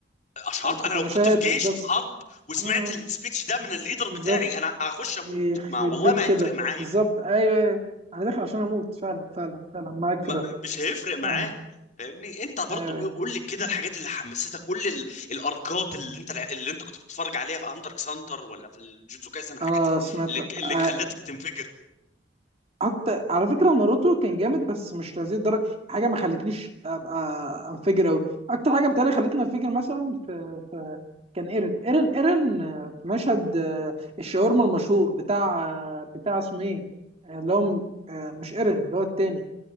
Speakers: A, on the left; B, on the right.
A: اشعرت
B: انت, انت
A: انا
B: كمشاهد
A: لو كنت في جيش
B: بالظبط
A: وفي حرب وسمعت
B: اه
A: السبيتش ده من الليدر
B: بالظبط
A: بتاعي انا هخش اموت
B: يخرب
A: ما والله
B: بيك
A: ما
B: كده
A: هيفرق معايا
B: بالظبط ايوه ايوه انا داخل عشان اموت فعلا فعلا فعلا معاك
A: ما
B: في ده
A: ما- مش هيفرق معاه
B: اه
A: فاهمني انت برضو
B: ايوه ايوه
A: ايه قول لي كده الحاجات اللي حمستك قول لي ال- الاركات اللي انت اللي انت كنت بتتفرج عليها في هانتر اكس هانتر ولا في الجوتسو كايسن الحاجات
B: انا
A: اللي
B: سمعت
A: اللي
B: آه
A: خلتك تنفجر
B: اكتر على فكره ناروتو كان جامد بس مش لهذه الدرجه حاجه ما خلتنيش ابقى انفجر قوي اكتر حاجه بتهيألي خلتني انفجر مثلا في, في كان ايرن ايرن ايرن آه، في مشهد آه، الشاورما المشهور بتاع آه، بتاع اسمه ايه آه، اللي هو آه، مش ايرن اللي هو التاني